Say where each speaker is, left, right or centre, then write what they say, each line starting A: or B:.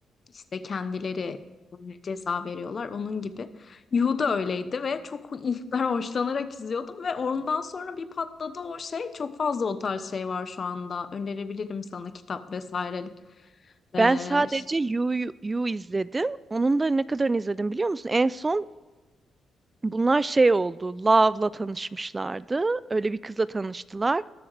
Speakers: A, on the left; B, on the right.
A: işte kendileri ceza veriyorlar. Onun gibi Yu da öyleydi ve çok <laughs> ilkler hoşlanarak izliyordum ve ondan sonra bir patladı o şey. Çok fazla o tarz şey var şu anda. Önerebilirim sana kitap vesaire. E,
B: Ben sadece You, You You izledim. Onun da ne kadarını izledim biliyor musun? En son bunlar şey oldu. Love'la tanışmışlardı. Öyle bir kızla tanıştılar.